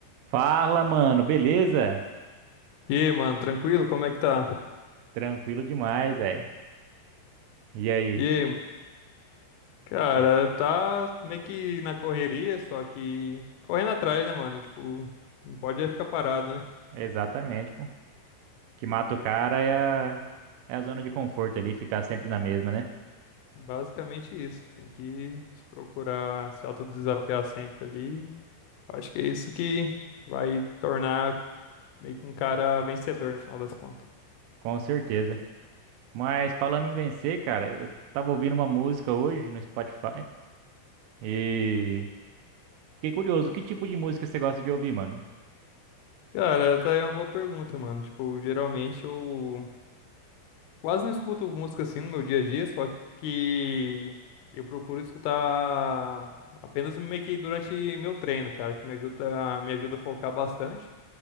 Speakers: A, on the right (about 85°); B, on the left (about 85°).
A: Fala, mano, beleza?
B: E aí, mano, tranquilo? Como é que tá?
A: Tranquilo demais, velho. E aí?
B: E aí, cara,
A: É.
B: tá meio que na correria, só que correndo atrás, né, mano? Tipo, não pode ficar parado, né?
A: Exatamente, pô. O que mata o cara é a, é a zona de conforto ali, ficar sempre na mesma, né?
B: Basicamente isso. Tem que se procurar se autodesafiar sempre ali. Acho que é isso que vai tornar meio que um cara vencedor no final das contas.
A: Com certeza. Mas falando em vencer, cara, eu tava ouvindo uma música hoje no Spotify e fiquei curioso, que tipo de música você gosta de ouvir, mano?
B: Cara, tá aí uma boa pergunta, mano. Tipo, geralmente eu Quase não escuto música assim no meu dia a dia, só que eu procuro escutar apenas meio que durante meu treino, cara, que me ajuda, me ajuda a focar bastante,